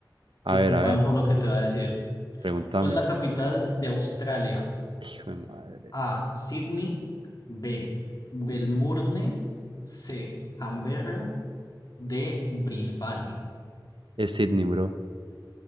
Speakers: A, on the right; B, on the left.
A: A
B: Discúlpame
A: ver, a ver,
B: por lo que te voy a decir.
A: pregúntame.
B: ¿Cuál es la capital de Australia?
A: Hijo de madre.
B: A. Sydney. B. Melbourne. C. Canberra. D. Brisbane.
A: Es Sydney, bro.